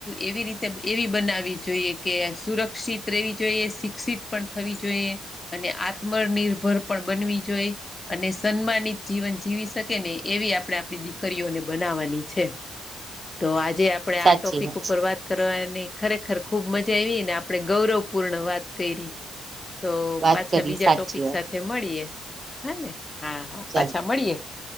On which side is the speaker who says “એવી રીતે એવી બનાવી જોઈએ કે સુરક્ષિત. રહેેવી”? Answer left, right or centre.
Left